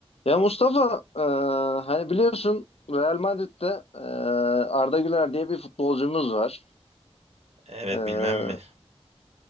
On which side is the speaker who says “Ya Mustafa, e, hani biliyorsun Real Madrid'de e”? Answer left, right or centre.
Left